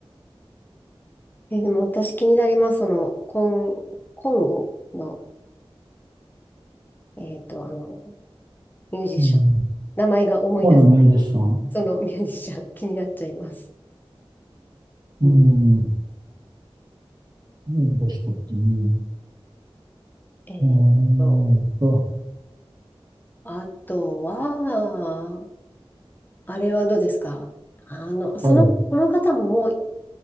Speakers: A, on the left; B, on the right.
A: え、でも私気になります。その、コン、コンゴの、えっと、あの、ミュージシャン。
B: うん。
A: 名前が思い出せない。
B: オーナミュージシャン。
A: そのミュージシャン、気になっちゃいます。うん。
B: うん。何でしたっけね。
A: えっと、
B: うーんと、
A: あとは、あれはどうですかあの、その、
B: はい。
A: この方ももう、
B: フ